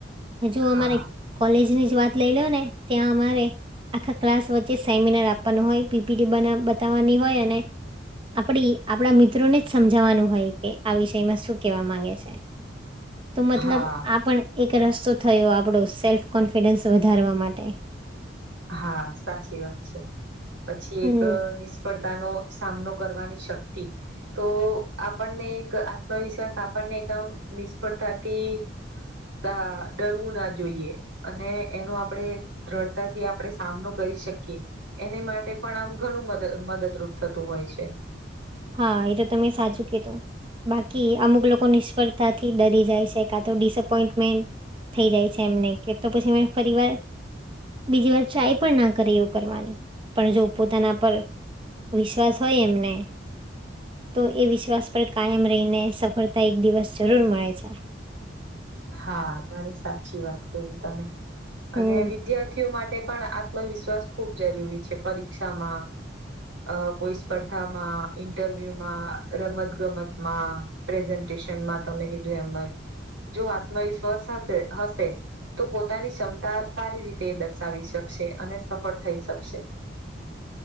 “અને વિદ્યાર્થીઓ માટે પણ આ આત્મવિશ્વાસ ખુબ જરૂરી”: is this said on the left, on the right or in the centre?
Right